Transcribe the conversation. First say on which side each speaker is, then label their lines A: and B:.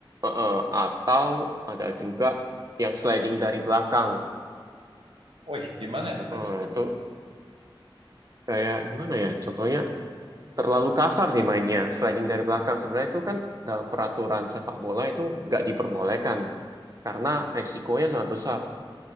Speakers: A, on the right; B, on the right.
A: Eh, eh, atau ada juga yang sliding dari belakang.
B: Wih, gimana itu berarti?
A: Eh, itu kayak gimana ya? Contohnya terlalu kasar sih mainnya. Sliding dari belakang sebenarnya itu kan dalam peraturan sepak bola itu nggak diperbolehkan karena resikonya sangat besar.